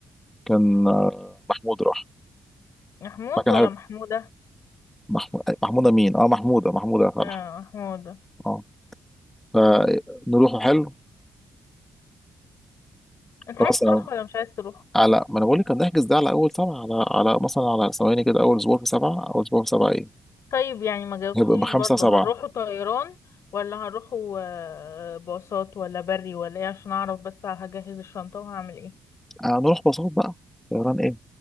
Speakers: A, in the centre; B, on the left.
A: كان آه، محمود راح
B: محمود
A: فكان
B: ولا
A: حلو
B: محمودة
A: محمود محمودة مين اه محمودة محمودة يا فرح
B: اه محمودة
A: اه فنروحوا
B: أمم.
A: حلو
B: انت
A: خلاص
B: عايز تروح
A: على
B: ولا مش عايز تروح
A: على- ما انا بقول لك هنحجز ده على اول سبعة على على مثلا على ثواني كده اول اسبوع في سبعة اول اسبوع في سبعة ايه
B: طيب يعني ما جاوبتنيش
A: هيبقى بخمسة
B: برضو
A: سبعة
B: هنروحوا طيران ولا هنروحوا آه، باصات ولا بري ولا ايه عشان اعرف بس هجهز الشنطة وهعمل ايه
A: هنروح باصات بقى طيران ايه